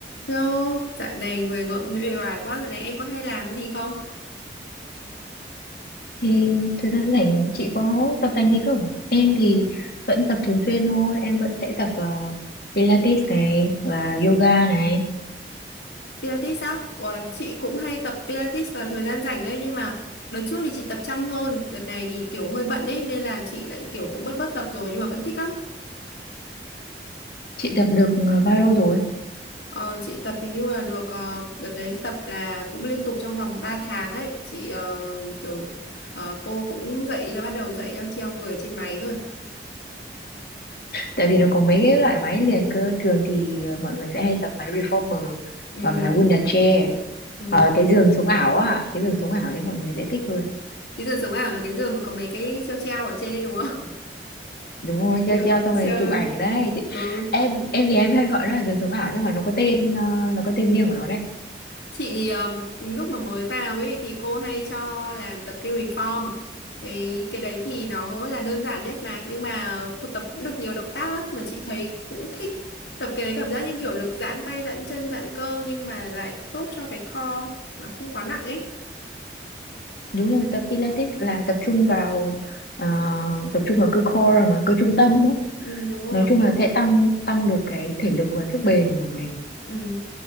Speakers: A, on the left; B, on the left.
A: Yo, dạo này người ngợm thấy uể oải quá, dạo này em có hay làm gì không?
B: Thì thời gian rảnh chị có tập tành gì không? Em thì vẫn tập thường xuyên thôi, em vẫn sẽ tập ờ, Pilates này và yoga này.
A: Pilates á? Ủa, chị cũng hay tập Pilates vào thời gian rảnh đấy, nhưng mà đợt trước thì chị tập chăm hơn, đợt này thì kiểu hơi bận ấy, nên là chị lại kiểu cũng bớt bớt tập rồi nhưng mà vẫn thích lắm.
B: Chị tập được ờ, bao lâu rồi?
A: Ờ, chị tập hình như là được, ờ, đợt đấy tập là cũng liên tục trong vòng 3 tháng đấy, chị ờ, kiểu ờ, cô cũng dạy cho bắt đầu dạy cho treo người trên máy rồi.
B: Tại vì nó có mấy cái loại máy liền cơ, thường thì ờ, mọi người sẽ hay tập máy reformer
A: Ừ,
B: hoặc là Wunda chair
A: ừ.
B: hoặc là cái giường sống ảo á, cái giường sống ảo đấy mọi người sẽ thích hơn.
A: Cái giường sống ảo là cái giường mà có mấy cái treo treo ở trên đấy đúng không? <laughs>
B: Đúng rồi,
A: Kiểu
B: treo treo xong
A: treo,
B: rồi chụp ảnh đấy. Thì
A: ừ
B: em em thì em hay gọi nó là giường sống ảo nhưng mà nó có tên ờ, nó có tên riêng của nó
A: Chị thì um, lúc mà mới vào ấy thì cô hay cho làm tập cái reform. Cái, cái đấy thì nó là đơn giản nhất mà nhưng mà cô tập cũng được nhiều động tác lắm mà chị thấy cũng thích. Tập cái đấy cảm giác như kiểu được giãn tay, giãn chân, giãn cơ nhưng mà lại tốt cho cái core mà không quá nặng ấy.
B: đúng rồi tập Pilates là tập trung vào ờ, tập trung vào cơ core mà cơ trung
A: Ừ,
B: tâm á.
A: ừ đúng rồi.
B: Nói chung là sẽ tăng tăng được cái thể lực và sức bền của mình
A: Ừ.